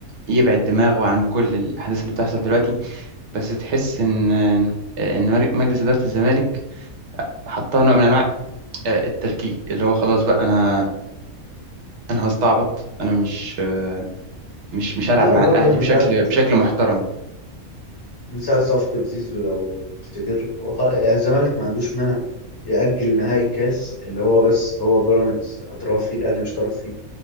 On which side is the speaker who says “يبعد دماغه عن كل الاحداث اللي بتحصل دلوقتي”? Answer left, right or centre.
Right